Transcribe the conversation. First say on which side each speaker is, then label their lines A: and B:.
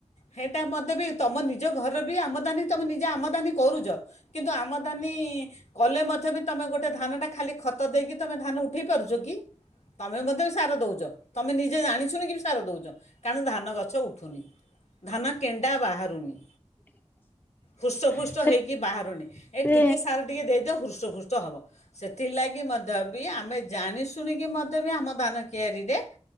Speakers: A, on the left; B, on the left.
A: ସେଇଟା ମୋତେ ବି ତମ ନିଜ ଘରେ ବି ଆମଦାନୀ ତମେ ନିଜେ ଆମଦାନୀ କରୁଛ କିନ୍ତୁ ଆମଦାନୀ କଲେ ମଧ୍ୟ ବି ତମେ ଗୋଟେ ଧାନ ଟା ଖାଲି ଖତ ଦେଇକି ତମେ ଧାନ ଉଠେଇ ପାରୁଛ କି। ତମେ ମଧ୍ୟ ବି ସାର ଦଉଛ ତମେ ନିଜେ ଜଣିଛୁନି କି ବି ସାର ଦେଉଛ କାରଣ ଧାନ ଗଛ ଉଠୁନି। ଧାନ କେଣ୍ଡା ବାହାରୁନି।
B: <unintelligible>
A: ହୃସ ଫୃଷ୍ଟ
B: ସେଟା
A: ହେଇକି ବାହାରୁନି ଏ
B: ସେ
A: ଟିକି ସାର ଟିକେ ଦେଇଦିଅ ହୃସ ହୃଷ୍ଟ ହବ। ସେଥିଲାଗି ମଧ୍ୟ ବି ଆମେ ଜାଣି ଶୁଣିକି ମଧ୍ୟ ବି ଆମ ଧାନ କିଆରିରେ